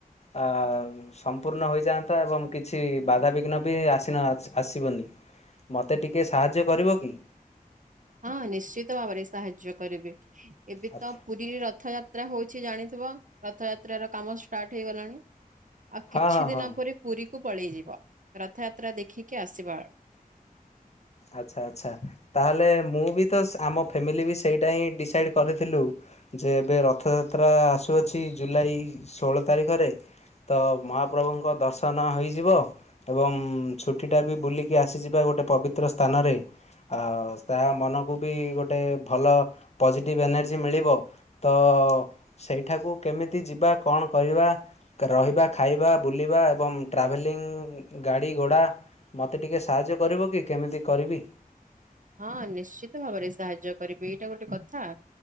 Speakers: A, on the left (about 45°); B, on the right (about 60°).
A: ଆ ସମ୍ପୂର୍ଣ୍ଣ ହୋଇଯାଆନ୍ତା ଏବଂ କିଛି ବାଧାବିଘ୍ନ ବି ଆସିନ ଅ ଆସିବନି। ମୋତେ ଟିକେ ସାହାଯ୍ୟ କରିବ କି?
B: ହଁ ନିଶ୍ଚିତ ଭାବରେ ସାହାଯ୍ୟ କରିବି, ଏବେ
A: ଆଚ୍ଛା
B: ତ ପୁରୀରେ ରଥଯା ଯାତ୍ରା ହଉଛି ଜାଣିଥିବ। ରଥଯାତ୍ରାର କାମ ଷ୍ଟାର୍ଟ ହେଇଗଲାଣି ଆଉ
A: ହଁ
B: କିଛି
A: ହଁ
B: ଦିନ
A: ହଁ।
B: ପରେ ପୁରୀକୁ ପଳେଇଯିବ ରଥଯାତ୍ରା ଦେଖିକି ଆସିବା।
A: ଆଚ୍ଛା ଆଚ୍ଛା। ତାହେଲେ ମୁଁ ବି ତ ଆମ ଫ୍ୟାମିଲି ବି ସେଇଟା ହିଁ ଡିସାଇଡ କରିଥିଲୁ। ଯେ ଏବେ ରଥଯାତ୍ରା ଆସୁଅଛି ଜୁଲାଇ ଷୋହଳ ତାରିଖରେ। ତ ମହାପ୍ରଭୁଙ୍କ ଦର୍ଶନ ହୋଇଯିବ। ଏବଂ ଛୁଟିଟା ବି ବୁଲିକି ଆସିଯିବା ଗୋଟେ ପବିତ୍ର ସ୍ଥାନରେ। ଆଉ ତାହା ମନକୁ ବି ଗୋଟେ ଭଲ ପଜିଟିଭ ଏନର୍ଜି ମିଳିବ। ତ ସେଇଠାକୁ କେମିତି ଯିବା, କଣ କରିବା? ରହିବା, ଖାଇବା, ବୁଲିବା ଏବଂ ଟ୍ରାଭେଲିଂ ଗାଡ଼ି ଘୋଡ଼ା ମତେ ଟିକେ ସାହାଯ୍ୟ କରିବ କି କେମିତି କରିବି?
B: ହଁ ନିଶ୍ଚିତ ଭାବରେ ସାହାଯ୍ୟ କରିବି ଏଇଟା ଗୋଟେ କଥା।